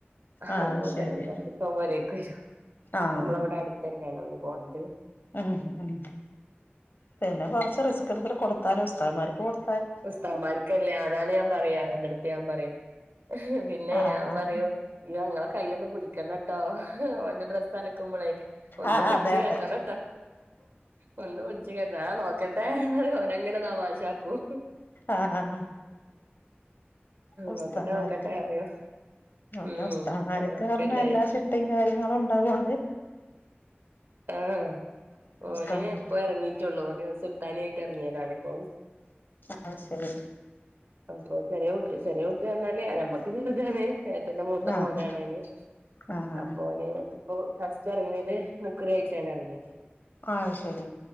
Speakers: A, on the right; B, on the left.
A: ആഹ
B: ആഹ് അത് ശരി
A: ചെൽവില്ലാത്ത ദിവസംക്കെ ഓൻ പെരേക്ക് വരും
B: ആഹ്
A: നമ്മള അവിടെ അടുത്ത തന്നെയാണ് ഓൻ പോണത്
B: ഉം ഉം പിന്നെ കുറച്ച് റിസ്ക് എടുത്തിൽ കൊടുത്താല് ഉസ്താദുമാർക്ക് കൊടു
A: ഉസ്താമാർക്കല്ലേ അതാണ് ഞാൻ പറയാ അവന്റെ അടുത്ത് ഞാൻ പറയും പിന്നെ
B: ആഹ്
A: ഞാൻ പറയും ഞങ്ങ പിടിക്കണം കേട്ടോ ഓന്റെ ഡ്രസ്സ് അലക്കുമ്പോളെ ഒന്ന്
B: ആഹ്
A: പിടച്ച്
B: അതെ
A: കേട്ടണം
B: അതെ
A: കേട്ടോ കൊണ്ട് പിടിച്ചു കെട്ടണം ആ നോക്കട്ടെ അത് ഓനങ്ങനെ തമാശക്കും
B: ആഹ ഉസ്താദ്
A: നോക്കട്ടെ
B: മാർക്ക്
A: നോക്കട്ടെ പറയും ഉം
B: ല്ല ഉസ്താമാർക്ക്
A: തമാശക്കല്ലേ
B: പറഞ്ഞ എല്ലാ ചിട്ടയും കാര്യങ്ങളും ഉണ്ടാവോണ്ട്
A: ആ്
B: നമസ്കാരം
A: ഓന് ഇപ്പ ഇറങ്ങീട്ടുള്ളൂ ഓന് സുൽത്താനയിട്ട ത്തിറങ്ങിയതാണിപ്പം
B: ആ ശരി
A: അപ്പൊ ചെറിയ കുട്ടി വന്നല് ഞമ്മക്ക് വലുതാണ് ഏട്ടന്റെ മൂത്ത
B: ആഹ്
A: മോനാണ് ഓന്
B: ആഹ്
A: അപ്പോ ന് ഇപ്പോ ഫസ്റ്റ് എറങ്ങ്യേത് മുക്രി ആയിട്ടാണ് ഇറങ്ങിയത്
B: ആഹ് ശെരി